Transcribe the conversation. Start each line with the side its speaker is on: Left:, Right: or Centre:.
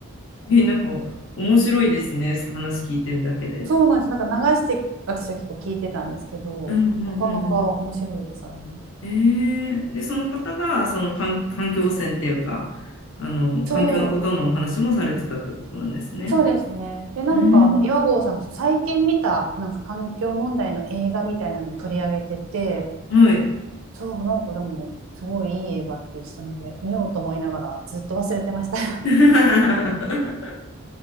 Left: えー、なんか面白いですね。話聞いてるだけで。
Right: そうなんですなんか流して私は結構聞いてたんですけどなかなか面白いですあれね。
Left: うんうんうんうん。えー、で、その方がその環、環境汚染っていうか、あの、環境のことのお話もされてたってことなんですね。
Right: そうそうですね。で、なんかあの岩合さんがそう最近見たなんか環境問題の映画みたいなのを取り上げてて、
Left: うん。はい。
Right: そう、なんかでもすごいいい映画って言ってたので、見ようと思いながらずっと忘れてました。
Left: <laughs> え